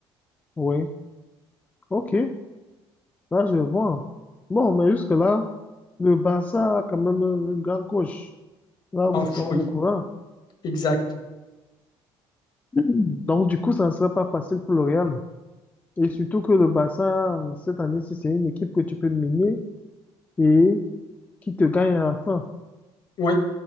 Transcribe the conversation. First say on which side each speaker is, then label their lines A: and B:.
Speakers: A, on the left; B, on the left.
A: oui. OK. Là, je vois. Bon, mais jusque-là, le Barça a quand même un grand coach. Là, vous
B: Ah,
A: êtes quand
B: oui,
A: même au courant.
B: exact.
A: Donc, du coup, ça ne serait pas facile pour le Real. Et surtout que le Barça, cette année, si c'est une équipe que tu peux mener et qui te gagne à la fin.
B: Oui,